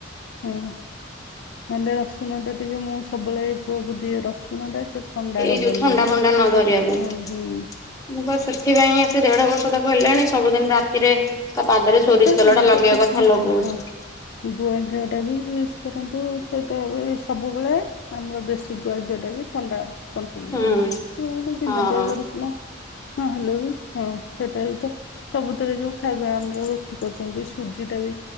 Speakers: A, on the left; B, on the left.
A: ହୁଁ। ନହେଲେ ରସୁଣ ଟା ଟିକେ ମୁଁ ସବୁବେଳେ ଏଇ ପୁଅକୁ ଦିଏ ରସୁଣ ଟା। ସେ ଥଣ୍ଡା
B: ଏଇ
A: ହବନି
B: ଯୋଉ ଥଣ୍ଡା
A: ବୋଲି।
B: ଫଣ୍ଡା ନ ଧରିବା ପାଇଁ।
A: ହୁଁ ହୁଁ।
B: ମୁଁ ପା ସେଥିପାଇଁ ଆସି ଦେଢ ବର୍ଷ ତାକୁ ହେଲାଣି ସବୁଦିନ ରାତିରେ ତା ପାଦରେ
A: ତ
B: ସୋରିଷ ତେଲ
A: ଆମର
B: ଟା ଲଗେଇବା
A: କିଛି
B: କଥା
A: ନାହିଁ
B: ଲଗଉଛି।
A: ହଁ। ଗୁଆ ଘିଅଟା ବି ୟୁଜ୍ କରନ୍ତୁ ସେଟା ବି ସବୁବେଳେ ଆମର ଦେଶୀ ଗୁଆ ଘିଅ ଟା ବି ଥଣ୍ଡା କଟ୍ରୋଲ ବି
B: ହୁଁ।
A: ରହିଲା। ତ ବିନା
B: ହଁ
A: ପିଆଜ, ରସୁଣ ନ ହେଲେ ବି ହଁ ସେଟା ବି ତ। ସବୁଥିରେ ଯୋଉ ଖାଇବା ଆମର ରୁଟି କରୁଛନ୍ତି ସୁଜି ଟା ବି